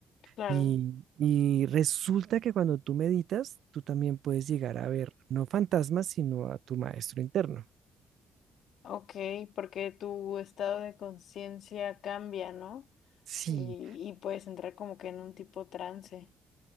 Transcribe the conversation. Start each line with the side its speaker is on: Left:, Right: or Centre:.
Left: Claro,
Right: y, y resulta que cuando tú meditas, tú también puedes llegar a ver no fantasmas, sino a tu maestro interno.
Left: ok, porque tu estado de conciencia cambia, ¿no?
Right: Sí.
Left: Y, y puedes entrar como que en un tipo trance.